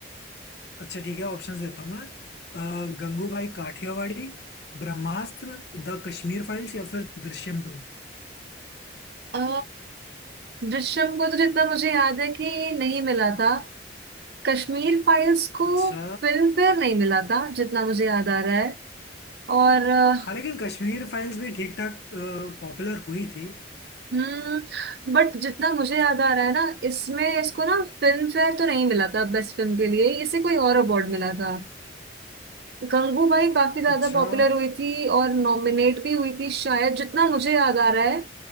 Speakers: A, on the left; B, on the right.
A: अच्छा ठीक है ऑप्शंस देता हूँ मैं अ, गंगूबाई काठियावाड़ी ब्रह्मास्त्र द कश्मीर फाइल्स या फिर दृश्यम टू
B: अ दृश्यम को तो जितना मुझे याद है कि नहीं मिला था कश्मीर फाइल्स को
A: अच्छा
B: फिल्म फेयर नहीं मिला था जितना मुझे याद आ रहा है और अ,
A: हाँ लेकिन कश्मीर फाइल्स भी ठीक ठाक पॉपुलर हुई थी
B: हम्म बट जितना मुझे याद आ रहा है ना इसमें इसको ना फिल्म फेयर तो नहीं मिला था बेस्ट फिल्म के लिए इसे कोई और अवार्ड मिला था गंगूबाई काफी ज्यादा
A: अच्छा
B: पॉपुलर हुई थी और नॉमिनेट भी हुई थी शायद जितना मुझे याद आ रहा है